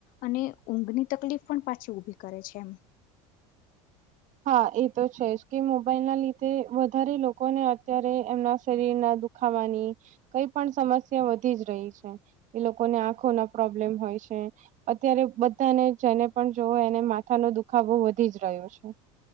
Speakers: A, on the left; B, on the right.
A: અને ઊંઘની તકલીફ પણ પાછી ઉઊભી કરે છે એમ.
B: હા એ તો છે જ કે મોબાઈલ ના લીધે વધારે લોકોને અત્યારે એમના શરીર ના દુખ ખાવાની, કઈ પણ સમસ્યા વધી જ રહી છે. એ લોકોને આંખો ના પ્રોબ્લેમ હોય છે. અત્યારે બધાને જેને પણ જોવો એને માથાનો દુખાવાવહુ વધી જ રહ્યો છે.